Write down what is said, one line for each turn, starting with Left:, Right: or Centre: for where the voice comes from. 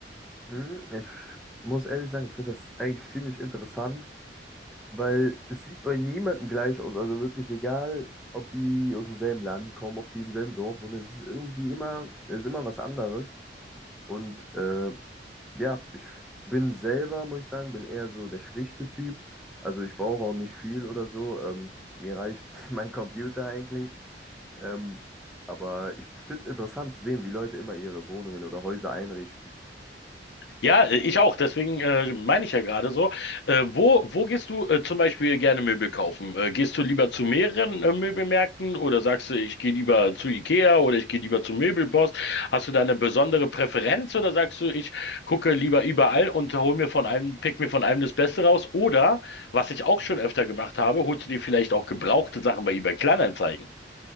Centre: Hm, Ich muss ehrlich sagen, ich finde das eigentlich ziemlich interessant, weil es sieht bei niemandem gleich aus. Also wirklich egal, ob die aus demselben Land kommen, ob die im selben Dorf wohnen, es ist irgendwie immer, es ist immer was anderes. Und äh, Ja, ich bin selber, muss ich sagen, bin eher so der schlichte Typ. Also ich brauche auch nicht viel oder so. Ähm, mir reicht <laughs> mein Computer eigentlich. Ähm, aber ich finde es interessant zu sehen, wie Leute immer ihre Wohnungen oder Häuser einrichten.
Left: Ja, äh, ich auch. Deswegen äh, meine ich ja gerade so. Äh, wo, wo gehst du äh, zum Beispiel gerne Möbel kaufen? Äh, gehst du lieber zu mehreren äh, Möbelmärkten oder sagst du, ich gehe lieber zu Ikea oder ich gehe lieber zu Möbelboss? Hast du da eine besondere Präferenz oder sagst du, ich gucke lieber überall und hol mir von einem, pick mir von einem das Beste raus? Oder, was ich auch schon öfter gemacht habe, holst du dir vielleicht auch gebrauchte Sachen bei eBay Kleinanzeigen?